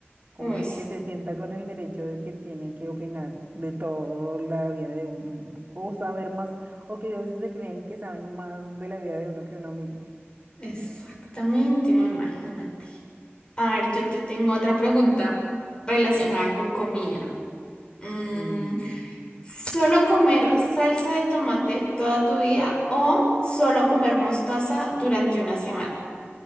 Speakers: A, on the right; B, on the left.
A: como
B: Uy. sí.
A: que se sienta con el derecho de que tiene que opinar de toda la vida de uno, o saber más, o que a veces se creen que saben más de la vida de uno que uno mismo.
B: Exactamente, no imagínate. A ver, yo te tengo otra pregunta relacionada con comida. Mm,
A: Mm,
B: ¿solo comer salsa de tomate toda tu vida o solo comer mostaza durante una semana?